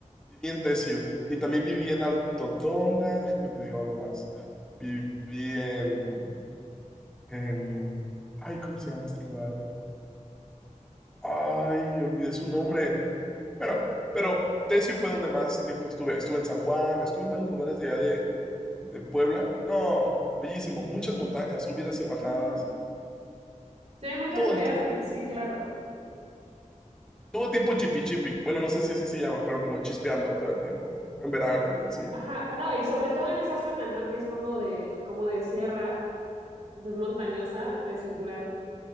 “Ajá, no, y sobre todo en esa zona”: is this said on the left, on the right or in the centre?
Right